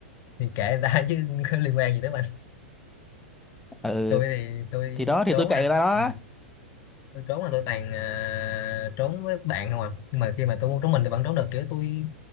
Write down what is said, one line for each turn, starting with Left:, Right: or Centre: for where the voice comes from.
Left: thì kệ người ta chứ <laughs> liên quan gì tới
Centre: ừ
Left: tôi thì tôi
Centre: thì đó thì
Left: trốn
Centre: tôi kệ
Left: là
Centre: người ta đó
Left: ừ, tôi trốn là tôi toàn à, trốn với bạn không à nhưng mà khi mà tôi muốn trốn mình thì vẫn trốn được kiểu tôi